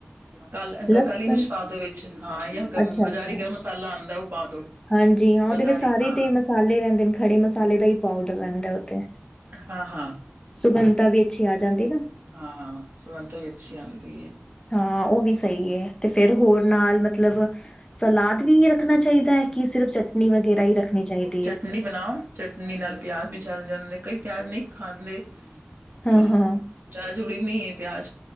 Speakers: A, on the right; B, on the left.
A: ਕ
B: ਲਸਣ
A: ਕਾਲੀ ਮਿਰਚ ਪਾ ਦੋ ਵਿੱਚ ਹਾਂ ਜਾਂ ਗਰਮ
B: ਅੱਛਾ-ਅੱਛਾ
A: ਬਜ਼ਾਰੀ ਗਰਮ ਮਸਾਲਾ ਆਉਂਦਾ ਉਹ ਪਾ ਦੋ
B: ਹਾਂਜੀ ਹਾਂ ਉਹਦੇ
A: ਬਜ਼ਾਰੀ
B: ਵਿੱਚ ਸਾਰੇ
A: ਹਾਂ
B: ਦੇ ਮਸਾਲੇ ਰਹਿੰਦੇ ਨੇ, ਖੜੇ ਮਸਾਲੇ ਦਾ ਹੀ ਪਾਊਡਰ ਰਹਿੰਦਾ ਉਥੇ
A: ਹਾਂ ਹਾਂ
B: 'ਸਗੁੰਨਤਾ' ਵੀ ਅੱਛੀ ਆ ਜਾਂਦੀ ਨਾ।
A: ਹਾਂ! ਸੁਗੰਤਾ ਵੀ ਅੱਛੀ ਆਂਦੀ ਏ।
B: ਹਾਂ! ਉਹ ਵੀ ਸਹੀ ਏ। ਤੇ, ਫੇਰ ਹੋਰ ਨਾਲ ਮਤਲਬ ਸਲਾਦ ਵੀ ਐਹ ਰੱਖਣਾ ਚਾਹੀਦਾ ਹੈ। ਕਿ, ਸਿਰਫ ਚਟਨੀ ਵਗੈਰਾ ਹੀ ਰੱਖਣੀ ਚਾਹੀਦੀ
A: ਚਟਨੀ
B: ਐ।
A: ਬਣਾਓ ਚਟਨੀ ਨਾਲ ਪਿਆਜ ਵੀ ਚਲ ਜਾਂਦੇ। ਕਈ ਪਿਆਜ ਨਹੀਂ ਖਾਂਦੇ।
B: ਹਾਂ-ਹਾਂ,
A: ਤੁਰ ਜ਼ਿਆਦਾ ਜ਼ਰੂਰੀ ਨਹੀਂ ਐ ਪਿਆਜ।